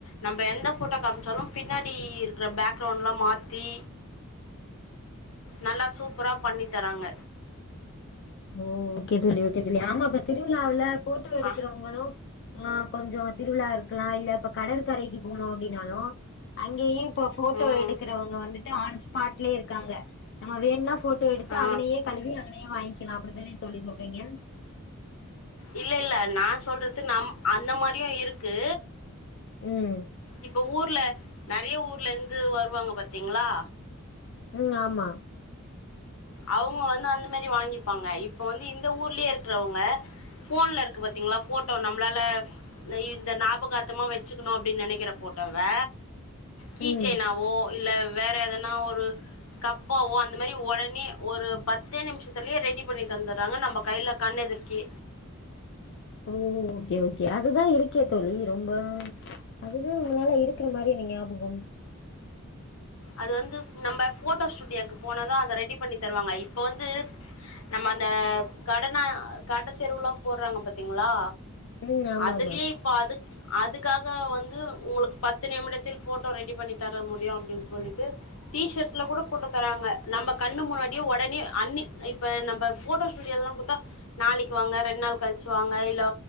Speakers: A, on the left; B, on the left.
A: நம்ப எந்த ஃபோட்டோ காமிச்சாலும் பின்னாடி இருக்கிற பேக்ரவுண்ட்ல்லா மாத்தி நல்லா சூப்பரா பண்ணி தராங்க
B: ஓ ஓகே தோழி ஓகே தோழி ஆமா இப்ப திருவிழாவுல ஃபோட்டோ எடுக்கறவங்களு
A: ஆ
B: ஆ கொஞ்சோ திருவிழா இருக்கலா இல்ல இப்ப கடற்கரைக்கு போணும் அப்டினாலு அங்கேயே இப்ப ஃபோட்டோ
A: ம்
B: எடுக்குறவங்க வந்துட்டு ஆன் ஸ்பாட்லே இருக்காங்க நம்ம வேண்னா ஃபோட்டோ எடுத்து
A: ஆ
B: அங்கனயே கழுவி அங்கனயே வாய்ங் க்லா அப்டி தானே தோழி சொல்றீங்க
A: இல்ல இல்ல நா சொல்றது நம் அந்த மாரியும் இருக்கு
B: ம்
A: இப்ப ஊர்ல நெறைய ஊர்ல இந்து வருவாங்க பாத்தீங்ளா
B: ம் ஆமா
A: அவுங்க வந்து அந்த மாரி வாங்கிப்பாங்க இப்ப வந்து இந்த ஊர்லயே இருக்குறவங்க ஃபோன்ல இருக்கு பாத்தீங்ளா ஃபோட்டோ நம்ளால நா இந்த ஞாபகாத்தமா வச்சுக்கணு அப்டின் நெனைக்கிற ஃபோட்டவ கீ
B: ம்
A: செய்னாவோ இல்ல வேற எதனா ஒரு கப்பாவோ அந்த மாரி ஒடனே ஒரு பத்தே நிமிஷத்துலயே ரெடி பண்ணி தந்துறாங்க நம்ம கையில கண் எதிர்க்கே
B: உம்... ஓகே ஓகே அதுதா இருக்கே தோழி ரொம்ப உம்.... உங்களால இருக்குற மாரி எனக்கு ஞாபகம்
A: அது வந்து நம்ப போட்டோ ஸ்டுடியோக்கு போனதா அத ரெடி பண்ணி தருவாங்க இப்ப வந்து நம்ம அந்த கடனா கட தெருவுல்லா போட்றாங்க பாத்தீங்களா
B: ம் ஆமா
A: அதுலேயே
B: ஆமா
A: இப் இப்ப அது அதுக்காக வந்து உங்களுக்கு பத்து நிமிடத்தில் போட்டோ ரெடி பண்ணி தர முடியும் அப்டின்னு சொல்ட்டு... டி சர்ட்ல கூட போட்டு தராங்க நம்ம கண்ணு முன்னாடியே உடனே அன்னைக்கு இப்ப நம்ம போட்டோ ஸ்டு ஸ்டுடியோல்லா குடுத்தா நாளைக்கு வாங்க ரெண்டு நாள் கழிச்சுவாங்க இல்ல